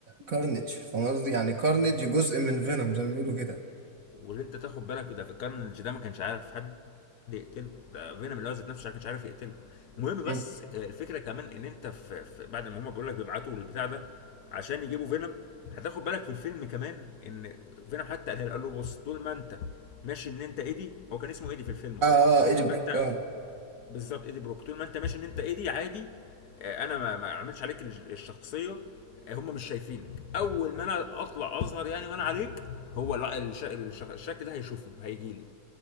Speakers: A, on the right; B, on the left.
A: كارنيج فاهم قصدي يعني كارنيج جزء من فينوم زي ما بيقولوا كده
B: واللي انت تاخد بالك ده في الكارنج ده ما كانش عارف حد يقتله ده فينوم اللي هو ذات نفسه ما كانش عارف يقتله المهم
A: مم.
B: بس آه، الفكره كمان ان انت في, في بعد ما هم بيقول لك بيبعتوا البتاع ده عشان يجيبوا فينوم هتاخد بالك في الفيلم كمان ان فينوم حتى قالها له قال له بص طول ما انت ماشي ان انت ايدي هو كان اسمه ايدي في الفيلم اه
A: اه اه ايجي
B: طول
A: بروك
B: ما انت
A: اه
B: بالظبط ايدي بروك طول ما انت ماشي ان انت ايدي عادي آه، انا ما ما اعملش عليك الج- الشخصيه آه، هم مش شايفينك اول ما انا اطلع اظهر يعني وانا عليك هو الع- الش... الش... الشكل ده هيشوفني هيجي لي